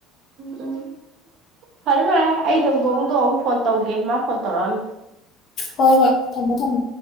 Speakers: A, on the right; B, on the left.
A: ꯎꯝ ꯐꯔꯦ ꯐꯔꯦ ꯑꯩꯗꯗꯣꯛ ꯑꯃꯨꯗꯣ ꯑꯃꯨꯛ ꯐꯣꯟ ꯇꯧꯒꯦ ꯃꯥ ꯐꯣꯟ ꯇꯧꯔꯛꯑꯝꯃꯦ
B: ꯍꯣꯏ ꯍꯣꯏ ꯊꯝꯃꯃꯦꯣ ꯊꯝꯃꯣ